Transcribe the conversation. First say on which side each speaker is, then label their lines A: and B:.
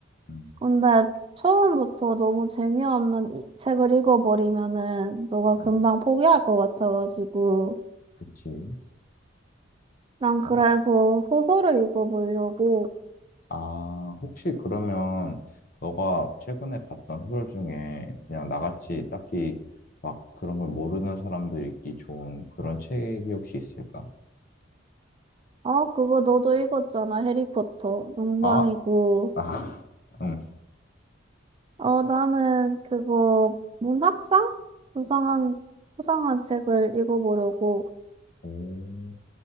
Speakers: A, on the left; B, on the right.
A: 응,
B: 근데 처음부터 너무 재미없는 이- 책을 읽어버리면은 너가
A: 응,
B: 금방 포기할 것 같아가지고.
A: 그치.
B: 난 그래서
A: 뭐,
B: 소설을 읽어보려고.
A: 아, 혹시 그러면 너가 최근에 봤던 소설 중에 그냥 나같이 딱히 막 그런 걸 모르는 사람도 읽기 좋은 그런 책이 혹시 있을까?
B: 아, 그거 너도 읽었잖아. 해리포터. 농담이고.
A: 아, 아, <laughs> 응.
B: 어, 나는 그거 문학상? 수상한, 수상한 책을 읽어보려고.
A: 오,